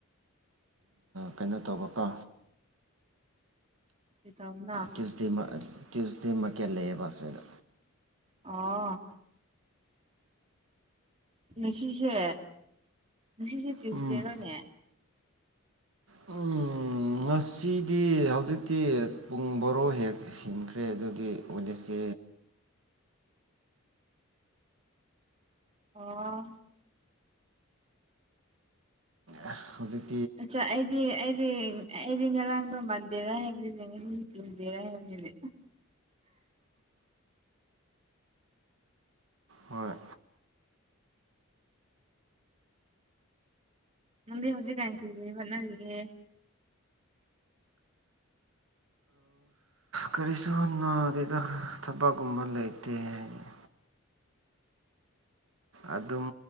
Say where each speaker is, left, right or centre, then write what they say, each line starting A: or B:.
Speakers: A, on the right; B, on the right.
A: ꯀꯩꯅꯣ ꯇꯧꯕꯀꯣ
B: ꯀꯔꯤ ꯇꯧꯕꯅꯣ
A: ꯇ꯭ꯌꯨꯁꯗꯦ ꯇ꯭ꯌꯨꯁꯗꯦ ꯃꯀ ꯂꯩꯑꯦ ꯐꯁꯔ
B: ꯑ ꯉꯁꯤꯁꯦ ꯉꯁꯤꯁꯦ ꯇ꯭ꯌꯨꯁꯗꯦꯔꯣꯅꯦ
A: ꯎꯝ ꯎꯝ ꯉꯁꯤꯗꯤ ꯍꯧꯖꯤꯛꯇꯤ ꯄꯨꯡ ꯚꯔꯣ ꯍꯦꯛ ꯍꯦꯈ꯭ꯔꯦ ꯑꯗꯨꯗꯤ ꯋꯥꯏꯅꯁꯗꯦ
B: <inaudible> ꯑꯣ
A: ꯑꯥ ꯍꯧꯖꯤꯛ
B: ꯑꯆꯥ ꯑꯩꯗꯤ ꯑꯩꯗꯤ ꯑꯩꯗꯤ ꯉꯔꯥꯡ ꯗꯣ ꯃꯥꯟꯗꯦꯔꯥ ꯍꯥꯏꯕꯅꯤꯅꯦ ꯉꯁꯤꯁꯨ ꯇꯨꯏꯁꯗꯦꯔꯥ ꯍꯥꯏꯕꯅꯤꯅꯦ
A: ꯍꯣꯏ
B: ꯅꯪꯗꯤ ꯍꯧꯖꯤꯛ ꯀꯥꯟ ꯀꯔꯤ ꯀꯔꯤ ꯍꯣꯠꯅꯔꯤꯒꯦ
A: ꯀꯔꯤꯁꯨ ꯍꯣꯠꯅꯣꯗꯦꯗ ꯊꯕꯛꯀꯨꯝꯕ ꯂꯩꯇꯦ ꯍꯥꯏꯌꯦ ꯑꯗꯨꯝ